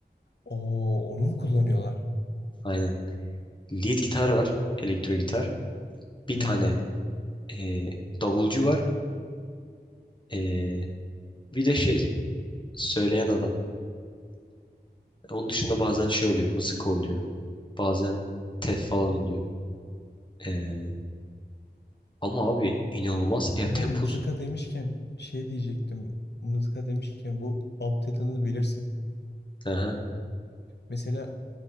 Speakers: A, on the left; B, on the left.
A: Oo onu mu kullanıyorlar?
B: Aynen. Lead gitar var. Elektro gitar. Bir
A: Hı
B: tane
A: hı.
B: e, davulcu var. E, bir de şey söyleyen adam. Onun dışında bazen şey oluyor. Mızık oluyor. Bazen tef falan oluyor. E, ama abi inanılmaz. Ya
A: Bu
B: tempo.
A: mızıka demişken şey diyecektim. Mızıka demişken bu Bob Dylan'ı bilirsin.
B: Aha.
A: Mesela